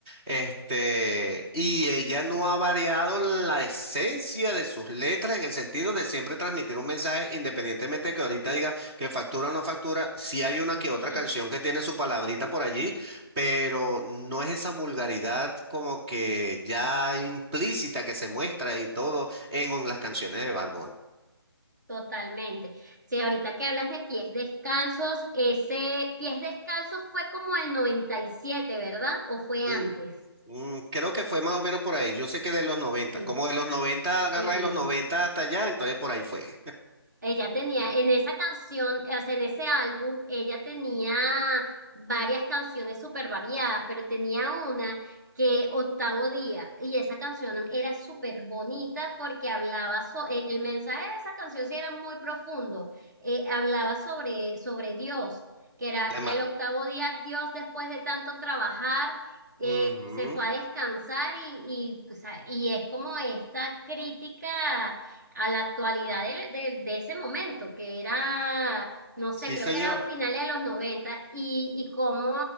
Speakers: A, in the centre; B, on the right (about 45°).
A: este, y ella no ha variado la esencia de sus letras en el sentido de siempre transmitir un mensaje, independientemente de que ahorita diga que factura o no factura, sí hay una que
B: <laughs>
A: otra canción que tiene su palabrita por allí, pero no es esa vulgaridad como que ya implícita que se muestra y todo en, en las canciones de Barbón.
B: totalmente. Sí, ahorita que hablas de pies descalzos, ese pies descalzos fue como el noventa y siete ¿verdad? ¿O fue
A: Mm,
B: antes?
A: mm, creo que fue más o menos por ahí. Yo sé que de los noventa,
B: Sí,
A: como de los 90 agarra
B: sí.
A: de los 90 hasta allá, entonces por ahí fue.
B: Ella tenía, en esa canción, o sea, en ese álbum, ella tenía varias canciones súper variadas, pero tenía una que Octavo Día, y esa canción era súper bonita porque hablaba, so- el, el mensaje de esa canción sí era muy profundo, eh, hablaba sobre, sobre Dios, que era
A: Tema-
B: el octavo día, Dios después de tanto trabajar, eh,
A: Ujú,
B: se fue a descansar y, y, o sea, y es como esta crítica a la actualidad de, de- de ese momento, que era, no sé,
A: Sí,
B: creo
A: señor.
B: que era finales de los 90 y, y cómo